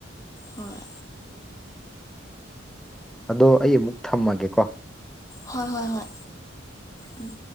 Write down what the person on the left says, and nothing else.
ꯍꯣꯏ
ꯍꯣꯏ ꯍꯣꯏ ꯍꯣꯏ ꯎꯝ